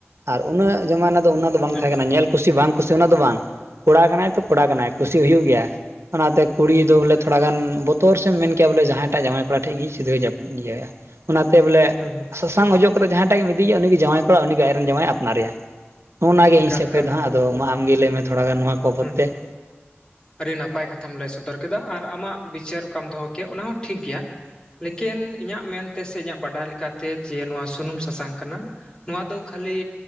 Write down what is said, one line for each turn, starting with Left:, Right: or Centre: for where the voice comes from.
Right: ᱟᱨ ᱩᱱᱟᱹᱜ ᱡᱟᱢᱟᱱᱟ ᱫᱚ ᱚᱱᱟ ᱫᱚ ᱵᱟᱝ
Left: ᱮᱠᱟᱞ
Right: ᱛᱟᱦᱮᱸ ᱠᱟᱱᱟ ᱧᱮᱞ ᱠᱩᱥᱤ ᱵᱟᱝ ᱠᱩᱥᱤ ᱚᱱᱟ ᱫᱚ ᱵᱟᱝ, ᱠᱚᱲᱟ ᱠᱟᱱᱟᱭ ᱛᱚ ᱠᱚᱲᱟ ᱠᱟᱱᱟᱭ ᱠᱩᱥᱤ ᱦᱩᱭᱩᱜ ᱜᱮᱭᱟ᱾ ᱚᱱᱟᱛᱮ ᱠᱩᱲᱤ ᱫᱚ ᱵᱚᱞᱮ ᱛᱷᱚᱲᱟ ᱜᱟᱱ ᱵᱚᱛᱚᱨ ᱥᱮᱢ ᱢᱮᱱ ᱠᱮᱭᱟ ᱵᱚᱞᱮ ᱡᱟᱦᱟᱸᱭ ᱴᱟᱜ ᱡᱟᱶᱟᱭ ᱠᱚᱲᱟ ᱴᱷᱤᱠ ᱜᱮ ᱥᱤᱫᱷᱟᱹ ᱡᱟᱯᱤᱜ ᱤᱭᱟᱹᱭᱟ᱾ ᱚᱱᱟᱛᱮ ᱵᱚᱞᱮ
Left: ᱦᱩᱸ ᱦᱩᱸ
Right: ᱥᱟᱹᱥ ᱥᱟᱥᱟᱝ ᱚᱡᱚᱜ ᱠᱟᱛᱮ ᱡᱟᱦᱟᱸᱭᱴᱟᱜ ᱜᱮᱢ ᱤᱫᱤᱮᱭᱟ ᱩᱱᱤ ᱜᱮ ᱡᱟᱶᱟᱭ ᱠᱚᱲᱟ, ᱩᱱᱤᱜᱮ ᱟᱭᱨᱤᱱ ᱡᱟᱶᱟᱭ ᱟᱯᱱᱟᱨᱮᱭᱟᱭ᱾ ᱚᱱᱟ ᱜᱮ
Left: ᱮᱠᱟᱞ
Right: ᱤᱧ ᱥᱮᱫ
Left: ᱮᱠᱟᱞ
Right: ᱠᱦᱚᱡ ᱫᱚ ᱦᱟᱸᱜ ᱾ ᱟᱫᱚ ᱢᱟ ᱟᱢᱜᱮ ᱞᱟᱹᱭᱢᱮ ᱛᱷᱚᱲᱟᱜᱟᱱ ᱱᱚᱣᱟ ᱠᱚ ᱵᱟᱵᱚᱛ
Left: ᱦᱩᱸ ᱦᱩᱸ
Right: ᱛᱮ ᱾
Left: ᱟᱹᱰᱤ ᱱᱟᱯᱟᱭ ᱠᱟᱛᱷᱟᱢ ᱞᱟᱹᱭ ᱥᱚᱫᱚᱨ ᱠᱮᱫᱟ ᱟᱨ ᱟᱢᱟᱜ ᱵᱤᱪᱟᱹᱨ ᱚᱠᱟᱢ ᱫᱚᱦᱚ ᱠᱮᱜᱼᱟ ᱚᱱᱟ ᱦᱚᱸ ᱴᱷᱤᱠ ᱜᱮᱭᱟ ᱾ ᱞᱮᱠᱤᱱ ᱤᱧᱟᱹᱜ ᱢᱮᱱᱛᱮ ᱥᱮ ᱤᱧᱟᱹᱜ ᱵᱟᱰᱟᱭ ᱞᱮᱠᱟᱛᱮ ᱡᱮ ᱱᱚᱣᱟ ᱥᱩᱱᱩᱢ ᱥᱟᱥᱟᱝ ᱠᱟᱱᱟ ᱾ ᱱᱚᱣᱟ ᱫᱚ ᱠᱷᱟᱹᱞᱤ